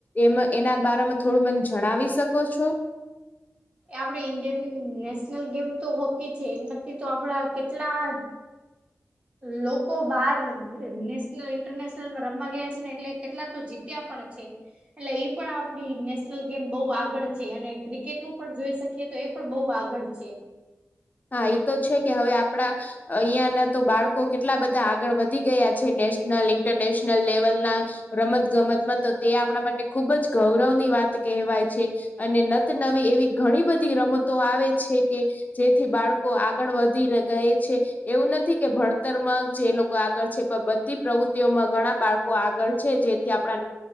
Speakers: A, on the left; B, on the right.
A: એ એના બારમાં થોડું મને જણાવી શકો છો
B: આપડે ઈન્ડિયન નેશનલ ગેમ તો હોકી છે એમાંથી તો આપડા કેટલા લોકો બાર નેશનલ ઇન્ટરનેશનલમાં રમવા ગયા છે ને એટલે કેટલા તો જીત્યા પણ છે એટલે એ પણ આપડી નેશનલ ગેમ બઉ આગળ છે અને ક્રિકેટ નું પણ જોઈ શકીએ એ તો એ પણ બહુ આગળ છે
A: હા એ તો છે કે હવે આપણા અહિયાં ના તો બાળકો કેટલા બધા આગળ વધી ગયા છે નેશનલ ઇન્ટરનેશનલ લેવલના રમત ગમતમાં તો તે આપણા માટે ખુબ જ ગૌરવની વાત કહેવાય છે અને નતનવી એવી ઘણી બધી રમતો આવે છે કે જે થી બાળકો આગળ વધી ગયા છે એવું નથી કે ભણતરમાં જે લોકો આગળ છે બધી પ્રવૃત્તિઓમાં ઘણા બાળકો આગળ છે જેથી આપણા